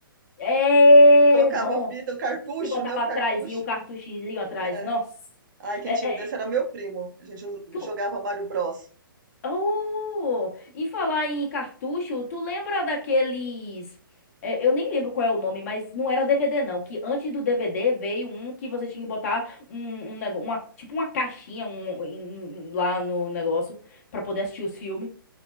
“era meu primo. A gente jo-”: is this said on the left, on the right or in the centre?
Right